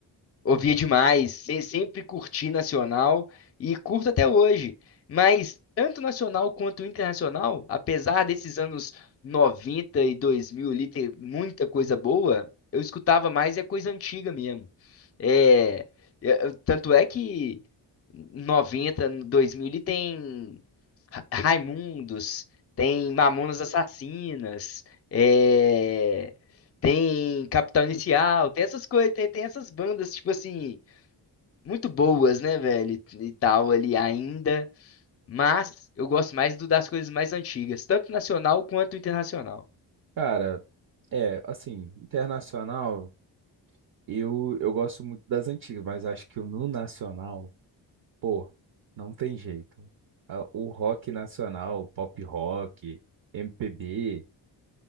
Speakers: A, on the left (about 30°); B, on the right (about 45°).
A: Ouvia demais, se- sempre curti nacional e curto até hoje. Mas tanto nacional quanto internacional, apesar desses anos 90 e 2000 ali ter muita coisa boa, eu escutava mais é coisa antiga mesmo. É, é, é, tanto é que noventa dois mil ele tem Ra- Raimundos, tem Mamonas Assassinas, é, tem Capital Inicial, tem essas coisas, tem, tem essas bandas, tipo assim, muito boas, né, velho? E tal ali ainda. Mas eu gosto mais do- das coisas mais antigas, tanto nacional quanto internacional.
B: Cara, é, assim, internacional. Eu, eu gosto muito das antigas, mas acho que no nacional, pô, não tem jeito. A- O rock nacional, pop rock, MPB,